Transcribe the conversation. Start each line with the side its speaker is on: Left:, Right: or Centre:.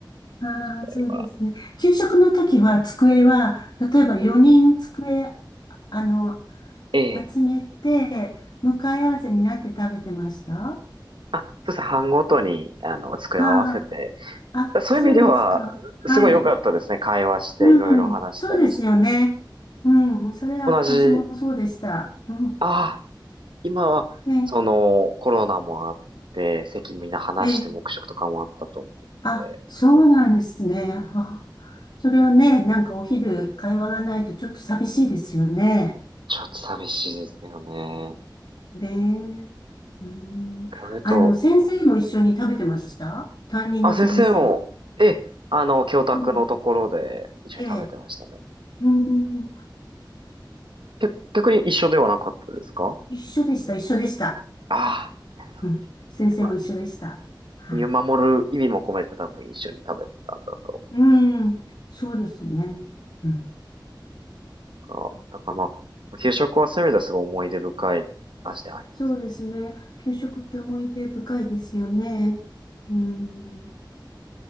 Left: ああ、
Right: これは。
Left: そうですね。給食の時は机は、例えば4人机、あの、
Right: ええ。
Left: 集めて、向かい合わせになって食べてましたあ
Right: あ、そうですね。班ごとに、あの、机を合わせて。
Left: ああ、
Right: そういう意味では、
Left: そうですか。はい。
Right: すごい良かったですね。会話して、
Left: うん、
Right: いろいろ話したり。
Left: そうですよね。うん、それは私もそうでした。
Right: 同じ、
Left: う
Right: ああ、今は、
Left: ん、
Right: その、コロナもあって、席みんな離して黙食とかもあったと思うので、
Left: え、え、あ、そうなんですね。あ、それはね、なんかお昼会話がないとちょっと寂しいですよね。
Right: ちょっと寂しいですよね。
Left: ねえ、うん、
Right: これと、
Left: あの、先生も一緒に食べてました担任の先生。
Right: あ、先生も、え、あの、教宅のところで一緒に食べてましたね。
Left: うん、ええ、うん、
Right: け逆に一緒ではなかったですか
Left: 一緒でした、一緒でした。
Right: ああ、いや、そう
Left: うん、先生も一緒でした。
Right: だね。まあ、
Left: はい。
Right: 見守る意味も込めて多分一緒に食べてたんだろ
Left: うん、そうですね。うん
Right: うから、だからまあ、給食はそういう意味ではすごい思い出深い味ではありますね。
Left: そうですね。給食って思い出深いですよね。うん、